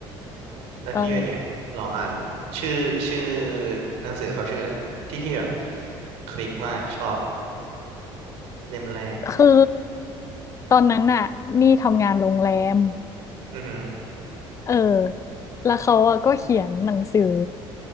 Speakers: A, on the right; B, on the left.
A: แล้วพี่เป็นไงลองอ่านชื่อชื่อ
B: ต้อง
A: หนังสือเขาชื่ออะไรที่พี่แบบคลิกมากชอบเล่มแรก
B: คือตอนนั้นน่ะนี่ทำงานโรงแรม
A: อือฮึ
B: เออแล้วเขาอะก็เขียนหนังสือ